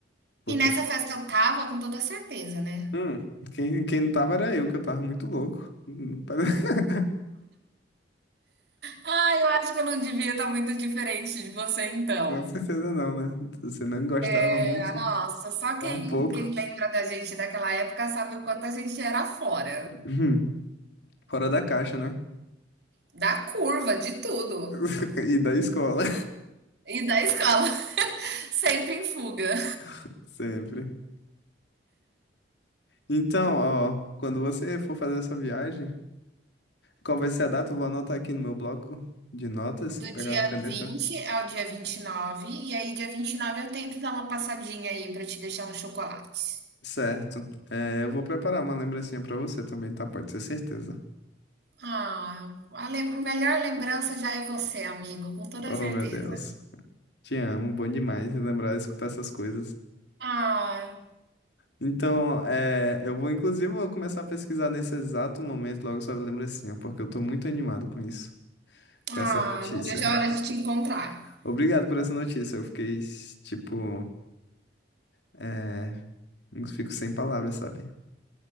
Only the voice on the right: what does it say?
E nessa festa eu tava com toda certeza, né?
Ah, eu acho que eu não devia estar muito diferente de você então.
É,
nossa, só quem,
quem lembra da gente daquela época sabe o quanto a gente era fora.
Da curva, de tudo.
E da escola, <laughs> sempre em fuga.
Do
dia
20 ao dia 29, e nove. E aí dia 29 eu tento dar uma passadinha aí pra te deixar uns chocolates.
Ah, a lem- melhor lembrança já é você, amigo, com toda
certeza.
Ah,
ah,
não vejo a hora de te encontrar.